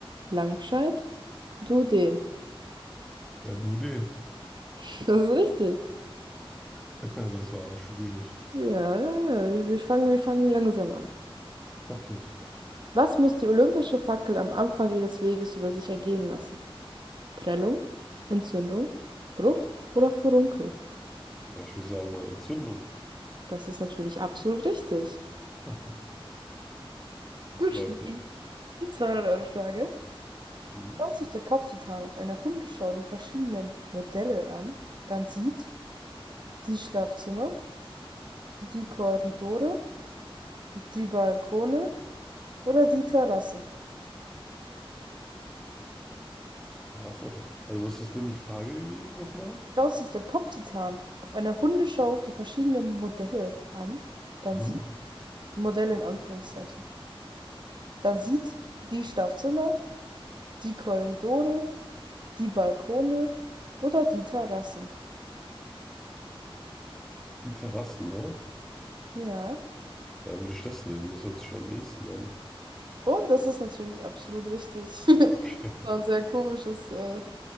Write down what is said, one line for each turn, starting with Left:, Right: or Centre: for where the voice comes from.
Right: Langscheid, du den.
Centre: Ja, du den.
Right: <laughs> Das ist richtig.
Centre: <laughs> Das war schwierig.
Right: Ja, ja, ja. Wir fangen, wir fangen langsam an.
Centre: Okay, super.
Right: Was muss die olympische Fackel am Anfang ihres Weges über sich ergehen lassen? Prellung, Entzündung, Bruch oder Furunkel?
Centre: Ja, ich würde sagen mal Entzündung.
Right: Das ist natürlich absolut richtig.
Centre: <laughs> Das
Right: Gut,
Centre: läuft
Right: Schnee.
Centre: ja.
Right: Die zweihundert euro frage
Centre: Mhm.
Right: Schaut sich der Pop-Titan auf einer Hundeschau die verschiedenen Modelle an, dann sieht die Schlafzimmer, die Korridore, die Balkone oder die Terrassen.
Centre: Die Terrassen wahrscheinlich. Also, was ist denn die Frage gewesen nochmal?
Right: Schaut sich der Pop-Titan auf einer Hundeschau die verschiedenen Modelle an, dann
Centre: Mhm.
Right: sieht Modelle in Anführungszeichen, dann sieht die Schlafzimmer, die Korridore, Die Balkone oder die Terrassen.
Centre: Die Terrassen, ne?
Right: Ja.
Centre: Ja, dann würde ich das nehmen. Das hört sich am ehesten an.
Right: Und das ist natürlich absolut richtig. <laughs>
Centre: Okay.
Right: Das War ein sehr komisches, äh,